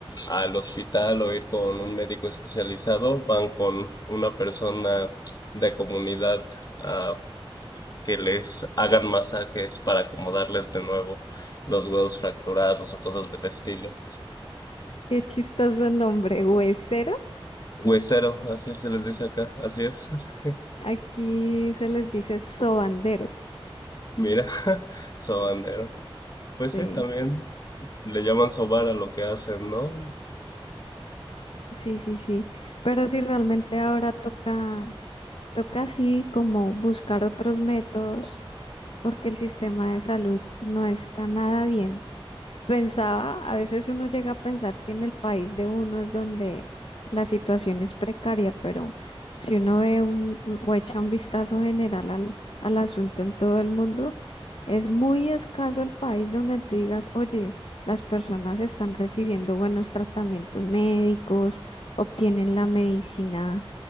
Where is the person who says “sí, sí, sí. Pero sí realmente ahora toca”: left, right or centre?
Left